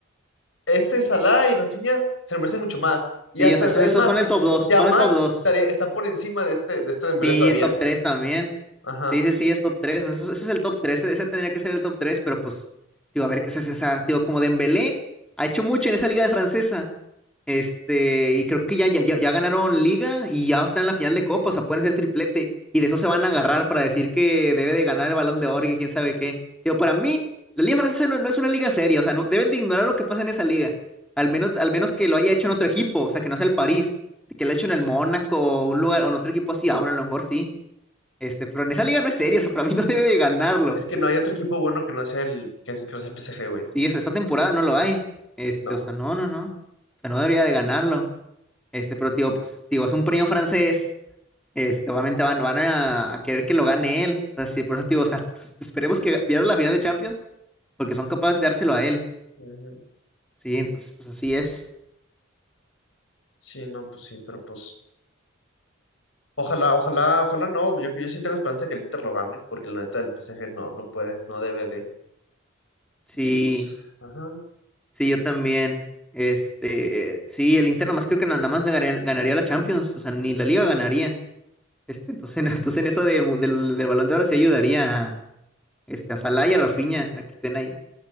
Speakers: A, on the left (about 70°); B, in the centre.
A: este Salah y Rafinha se lo merecen mucho más. Y
B: Sí,
A: hasta,
B: o sea, esos,
A: es
B: esos
A: más,
B: son el top 2,
A: Yamal
B: son el top 2.
A: estaría, está por encima de este, de este Dembélé
B: Sí,
A: todavía.
B: es top 3 también.
A: Ajá.
B: Sí, sí, sí, es top 3. Eso, eso es el top 3. ese tendría que ser el top 3. pero pues, digo, a ver, qué es esa, digo, como Dembélé ha hecho mucho en esa liga de francesa. Este, y creo que ya, ya, ya, ya ganaron liga y ya va a estar en la final de Copa, o sea, pueden ser triplete y de eso se van a agarrar para decir que debe de ganar el Balón de Oro y que quién sabe qué. Digo, para mí, la Liga Francesa no, no es una liga seria, o sea, no, deben de ignorar lo que pasa en esa liga, al menos, al menos que lo haya hecho en otro equipo, o sea, que no sea el París, que lo haya hecho en el Mónaco o un lugar, o en otro equipo así, aún a lo mejor sí, este, pero en esa liga no es serio, o sea, para mí no debe de ganarlo.
A: Es que no hay otro equipo bueno que no sea el que es el que no sea el PSG, güey.
B: Sí, esa- esta temporada no lo hay, este,
A: No.
B: o sea, no, no, no, o sea, no debería de ganarlo. Este, pero tío, pues, tío, es un premio francés. Este, obviamente van, van a, a querer que lo gane él. O sea, sí, por eso, tío, o sea, <laughs> pues, esperemos que pierda la final de Champions, porque son capaces de dárselo a él.
A: Ujú.
B: Sí, entonces, pues así es.
A: Sí, no, pues sí, pero pues ojalá, ojalá, ojalá no. Yo, yo sí tengo esperanza que el Inter lo gane, porque la neta del PSG no, no puede, no debe de.
B: Sí,
A: Y pues, ajá.
B: sí, yo también. Este, sí, el Inter nada más creo que nada más ganaría, ganaría la Champions, o sea, ni la Liga ganaría. Este, entonces, <laughs> entonces en eso del, del, del Balón de Oro sí ayudaría a, este, a Salah y a Rafinha a que estén ahí.